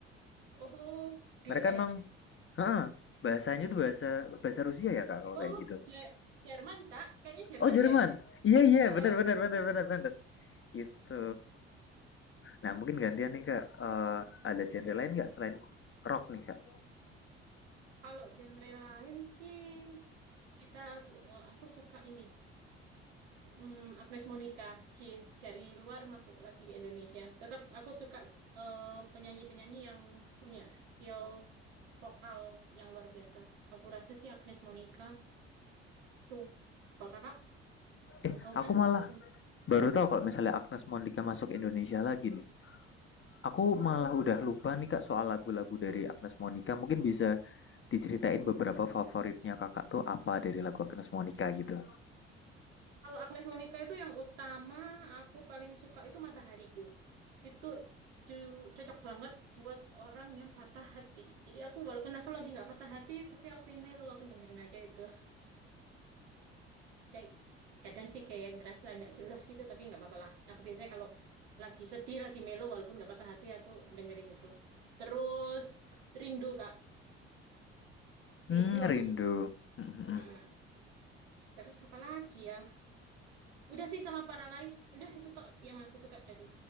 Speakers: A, on the right; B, on the left.
A: Oh, Dues.
B: Mereka emang heeh, bahasanya tuh bahasa bahasa Rusia ya, Kak, kalau
A: Oh,
B: kayak gitu.
A: Je- Jerman, Kak. Kayaknya Jerman
B: Oh, Jerman.
A: deh.
B: Iya, iya,
A: Heeh.
B: benar benar benar benar benar Itu. Nah, mungkin gantian nih, Kak. Eh, ada genre lain nggak selain rock nih, Kak?
A: Kalau genre lain sih, kita ke, eh, aku suka ini. Mm, Agnes Monica, cie dari luar masuk lagi ke Indonesia. Tetap aku suka eh, penyanyi-penyanyi yang punya skill vokal yang luar biasa. Aku rasa sih Agnes Monica tuh. Kalau kakak
B: Eh,
A: tahu
B: aku
A: kan
B: malah
A: Agnes Monica?
B: Baru tahu kalau misalnya Agnes Monica masuk Indonesia lagi nih. Aku malah udah lupa nih Kak soal lagu-lagu dari Agnes Monica. Mungkin bisa diceritain beberapa favoritnya Kakak tuh apa dari lagu Agnes Monica gitu.
A: Kalau Agnes Monica itu yang utama aku paling suka itu Matahariku. Itu cu- cocok banget buat orang yang patah hati. Jadi aku walaupun aku lagi nggak patah hati, tapi aku pengen melo, aku dengerin aja itu. <laughs> Kayak kadang sih kayak ngerasa nggak jelas gitu, tapi nggak apa-apa lah. Aku biasanya kalau lagi sedih, lagi melo, walaupun nggak patah hati, aku dengerin itu. Terus Rindu Kak,
B: Hmm,
A: Rindu aku
B: rindu.
A: suka.
B: Hmm,
A: Mm-mm. Terus apa lagi ya? Udah sih sama Paralyze. Udah itu toh yang aku suka dari